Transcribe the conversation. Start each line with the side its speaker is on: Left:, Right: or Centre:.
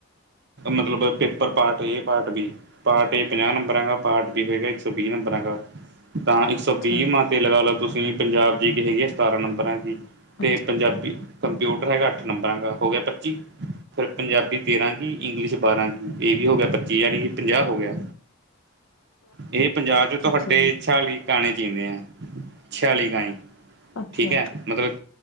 Right: ਮਤਲਬ ਪੇਪਰ ਪਾਰਟ ਏ ਪਾਰਟ ਵੀ, ਪਾਰਟ ਏ ਪੰਜਾਹ ਨੰਬਰਾਂ ਦਾ ਪਾਠ ਵੀ ਮੈਂ ਕਿਹਾ ਇੱਕ ਸੌ ਵੀਹ ਨੰਬਰਾਂ ਦਾ, ਤਾਂ ਇੱਕ ਸੌ
Left: ਅੱਛਾ।
Right: ਵੀਹ ਮਾ ਤੇ ਲਗਾ ਲਓ ਤੁਸੀਂ ਪੰਜਾਬ ਜੀ ਕੇ ਹੈਗੀ ਆ ਸਤਾਰਾਂ ਨੰਬਰਾਂ ਦੀ ਤੇ
Left: ਅੱਛ
Right: ਪੰਜਾਬੀ ਕੰਪਿਊਟਰ ਹੈਗਾ ਅੱਠ ਨੰਬਰਾਂ ਦਾ ਹੋ ਗਿਆ ਪੱਚੀ ਫੇਰ ਪੰਜਾਬੀ ਤੇਰਾਂ ਕੀ, ਇੰਗਲਿਸ਼ ਬਾਰਾਂ ਕੀ, ਇਹ ਵੀ ਹੋ ਗਿਆ ਪੱਚੀ ਜਾਣੀ ਕਿ ਪੰਜਾਹ ਹੋ ਗਿਆ ਇਹ ਪੰਜਾਬ 'ਚ ਤੁਹਾਡੇ
Left: ਅੱਛਾ ਜੀ
Right: ਛਿਆਲੀ ਗਾਣੇ ਜੀਉਂਦੇ ਆ, ਛਿਆਲੀ ਗਾਏ,
Left: ਅੱਛਾ
Right: ਠੀਕ ਹੈ ਮਤਲਬ